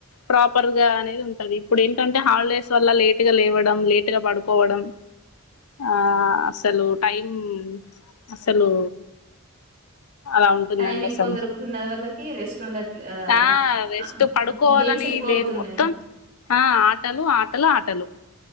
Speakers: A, on the left; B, on the right.
A: ప్రాపర్ గా అనేది ఉంటది ఇప్పుడు ఏంటంటే హాలిడేస్ వల్ల లేటు గా లేవడం లేటు గా పడుకోవడం ఆ అసలు టైమ్ అసలు అరౌండ్ ఎందండి
B: టైం ఎక్కువ
A: అసలు
B: దొరుకుతున్నది వాళ్ళకి రెస్ట్ ఉండట్లే
A: ఆ జస్ట్
B: ఆ,
A: పడుకోవాలని
B: గేమ్స్ ఎక్కువ
A: లేదు
B: అవుతున్నాయి
A: మొత్తం ఆ ఆటలు ఆటలు ఆటలు